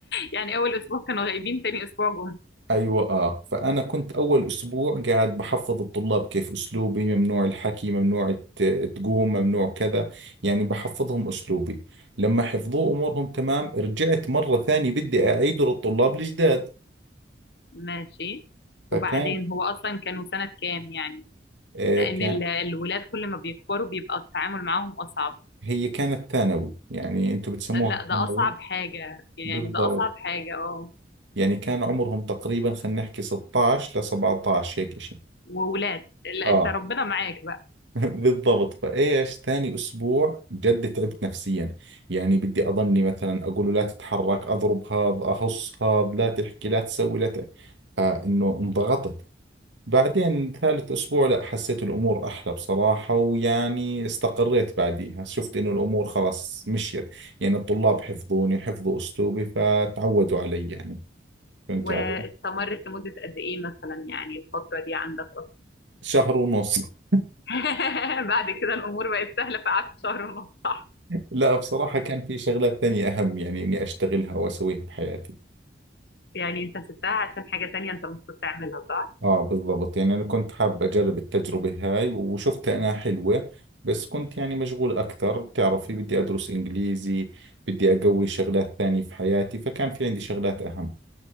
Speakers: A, on the left (about 60°); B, on the right (about 80°).
A: يعني اول اسبوع كانوا غايبين تاني اسبوع جم
B: ايوه اه فانا كنت اول اسبوع قاعد بحفظ الطلاب كيف اسلوبي ممنوع الحكي ممنوع الت- تقوم ممنوع كذا يعني بحفظهم اسلوبي لما حفظوه امورهم تمام رجعت مره ثانيه بدي اعيده للطلاب الجداد
A: ماشي
B: فكان
A: وبعدين هو اصلا كانوا سنة كام يعني
B: آه
A: لان
B: كان
A: ال- الولاد كل ما بيكبروا بيبقى التعامل معاهم اصعب
B: هي كانت ثانوي يعني انتم بتسموها
A: لا ده
B: ثانوي
A: اصعب حاجة يعني
B: بالضبط
A: ده اصعب حاجة اه
B: يعني كان عمرهم تقريبا خلينا نحكي 16 ل 17 هيك شيء
A: وولاد لا
B: اه
A: انت ربنا معاك بقى
B: بالضبط فايش ثاني اسبوع جد تعبت نفسيا يعني بدي اضلني مثلا اقول له لا تتحرك اضرب هذا اهص هذا لا تحكي لا تسوي لا ت... فانه انضغطت بعدين ثالث اسبوع لا حسيت الامور احلى بصراحة ويعني استقريت بعديها شفت انه الامور خلاص مشيت يعني الطلاب حفظوني حفظوا اسلوبي فتعودوا علي يعني فهمت
A: واستمرت
B: علي
A: لمدة قد ايه مثلا يعني الفترة دي عندك
B: شهر ونص <laughs>
A: اصلا <laughs> بعد كده الامور بقت سهلة في قعدت شهر ونص صح
B: لا بصراحة كان في شغلات ثانية اهم يعني اني اشتغلها واسويها بحياتي
A: يعني انت سبتها عشان حاجة تانية انت المفروض تعملها صح؟
B: اه بالضبط يعني انا كنت حاب اجرب التجربة هاي وشفتها انها حلوة بس كنت يعني مشغول اكثر بتعرفي بدي ادرس انجليزي بدي اقوي شغلات ثانية في حياتي فكان في عندي شغلات اهم